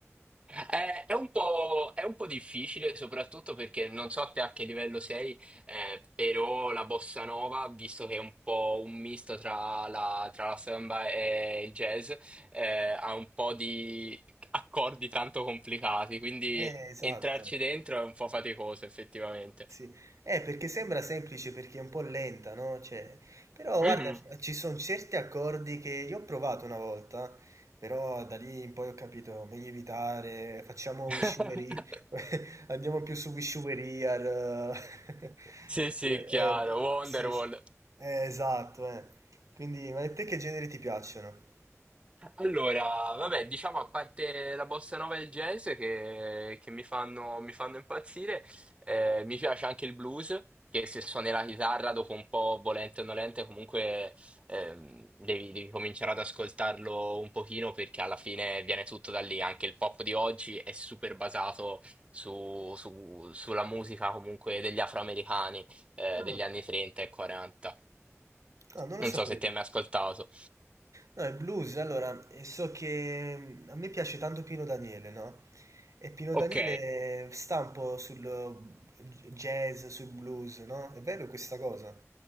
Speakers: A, on the right; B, on the right.
A: Eh, è un po', è un po' difficile, soprattutto perché non so te a che livello sei, eh, però la bossa nova, visto che è un po' un misto tra la, tra la samba e il jazz, eh, ha un po' di accordi tanto complicati, quindi
B: Eh, esatto.
A: entrarci dentro è un po' faticoso, effettivamente.
B: Sì. Eh, perché sembra semplice perché è un po' lenta, no, cioè però
A: Mhm.
B: guarda f ci son certi accordi che io ho provato una volta, però da lì in poi ho capito meglio evitare, facciamo
A: <laughs>
B: Wishumery <laughs> andiamo più su Wishumery al <laughs>
A: Sì, sì,
B: Eh, eh,
A: chiaro,
B: beh,
A: Wonderwall.
B: sì, s eh, esatto, eh. Quindi ma a te che generi ti piacciono?
A: Allora, vabbè, diciamo a parte la bossa nova e il jazz che, che mi fanno, mi fanno impazzire, eh, mi piace anche il blues, che se suoni la chitarra dopo un po', volente o nolente, comunque ehm, devi, devi cominciare ad ascoltarlo un pochino perché alla fine viene tutto da lì. Anche il pop di oggi è super basato su- su- sulla musica comunque degli afroamericani eh,
B: Ah,
A: degli anni 30 e 40.
B: ah, non lo
A: Non
B: sapevo.
A: so se ti hai mai ascoltato.
B: No, il blues, allora, eh, so che mm, a me piace tanto Pino Daniele, no? E Pino
A: Ok,
B: Daniele sta un po' sul eh, gi- jazz, sul blues, no? È vero questa cosa?